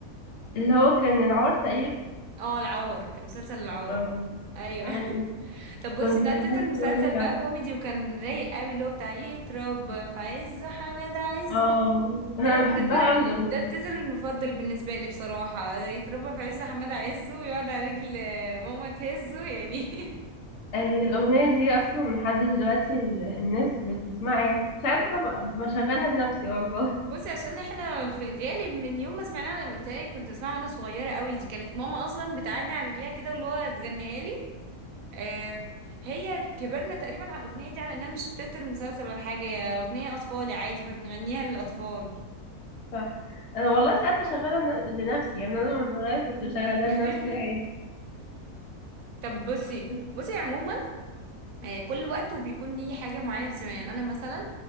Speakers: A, on the left (about 55°); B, on the right (about 70°).
A: اللي هو كان العار تقريبا
B: اه العار كان مسلسل العار
A: اه
B: ايوه
A: أنا
B: <laughs>
A: كنت
B: طب بصي
A: كنت
B: ده
A: بحب
B: تتر مسلسل
A: الأغنية بتاعته
B: بقى كوميدي وكان رايق قوي اللي هو بتاع يترب في عزه حماده عزه
A: اه
B: ده
A: أنا
B: التتر
A: بحبها
B: ال-
A: أوي الأغنية
B: ده التتر
A: دي
B: المفضل بالنسبة لي بصراحة يتربى في عز حماد عزه ويقعد على رجل ماما تهزه يعني
A: آه، هي الأغنية دي أصلا لحد دلوقتي ال- الناس بتسمعها يعني ساعات ببقى بشغلها لنفسي والله
B: <laughs> بصي عشان احنا في الغالب من يوم ما سمعناه انا بتهيألي كنت بسمعه وانا صغيرة قوي دي كانت ماما اصلا بتقعدني على رجليها كده واللي هو تغنيها لي آه هي كبرنا تقريبا على الاغنية دي على انها مش تتر مسلسل ولا حاجة هي اغنية اطفالي عادي فبنغنيها للاطفال
A: صح أنا والله ساعات بشغلها لن- لنفسي يعني أنا من قريب كنت بشغلها
B: <laughs>
A: لنفسي
B: طب بصي
A: عادي
B: بصي عموما آه، كل وقت وبيكون ليه حاجة معينة بتسمعها يعني أنا مثلا